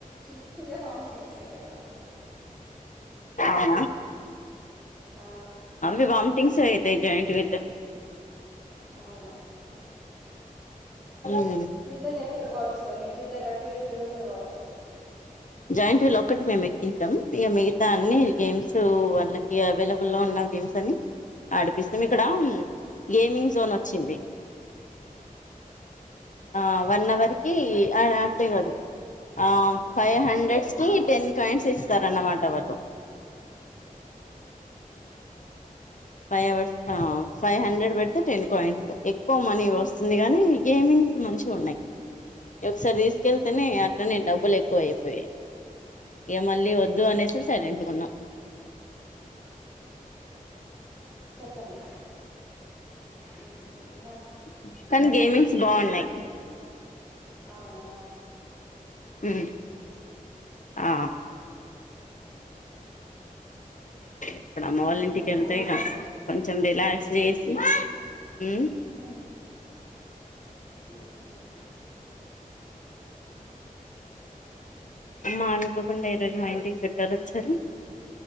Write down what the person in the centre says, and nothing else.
చూస్తూనే వామిటింగ్స్ అయితాయ్ నాకు.
ఆ,
అవును
పిల్లలు ఎక్కరు కావచ్చుగా మీ పిల్లలు అటు ఇటు తిరుగుతర్ కావచ్చు
అవునా
చెప్పండి ఉమ్, నాకు
ఆ, అవునా
ఇంకా
ఇంకేంటండి
ఉ ఉహు ఇగ